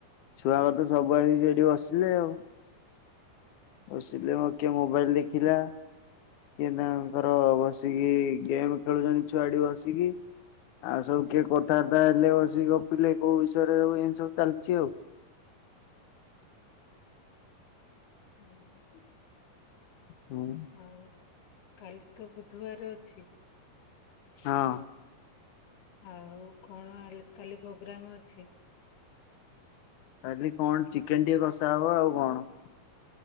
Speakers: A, on the left (about 65°); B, on the left (about 85°).
A: ଛୁଆ ଗତିରୁ ସବୁ ଆସି ସେଇଠି ବସିଲେ ଆଉ। ବସିଲେ ମୋ କିଏ ମୋବାଇଲ ଦେଖିଲା। କିଏ ତାଙ୍କର ବସିକି ଗେମ୍ ଖେଳୁଚନ୍ତି ଛୁଆ ଏଠି ବସିକି। ଆଉ ସବୁ କିଏ କଥାବାର୍ତ୍ତା ହେଲେ ବସିକି ଗପିଲେ କୋଉ ବିଷୟରେ ଏମତି ସବୁ ଚାଲିଚି ଆଉ।
B: <inaudible>
A: ହୁଁ
B: ଆଉ, କାଲି ତ ବୁଧବାର ଅଛି।
A: ହଁ।
B: ଆଉ କଣ ଆଲ୍ କାଲି ପୋଗ୍ରାମ ଅଛି?
A: ଆଜି କଣ ଚିକେନ୍ ଟିକେ କଷା ହବ ଆଉ କଣ।